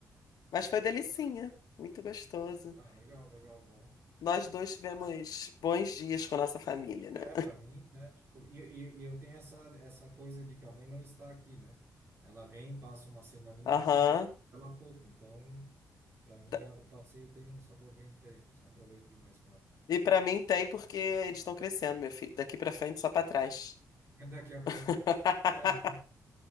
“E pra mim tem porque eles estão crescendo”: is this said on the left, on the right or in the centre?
Left